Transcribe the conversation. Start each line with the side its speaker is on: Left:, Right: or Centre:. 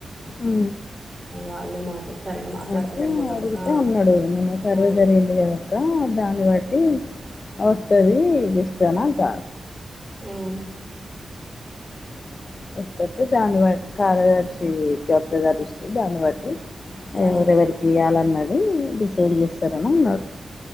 Left: హు
Centre: వాళ్ళు మాతో సరిగా మాట్లాడతలేరు
Left: అయితే
Centre: మొన్న
Left: అడిగితే
Centre: ఆ
Left: అన్నాడు నిన్న సర్వే
Centre: ఆ
Left: జరిగింది కదక్క దాన్ని <unintelligible> వస్తది నిష్టనంత
Centre: ఉమ్
Left: <unintelligible> కారదర్శికి వత్తది ఆ లిస్ట్ దాని బట్టి
Centre: ఆ
Left: ఎవరెవరికి ఇయ్యాలి అన్నది డిసైవ్ చేస్తారని అన్నాడు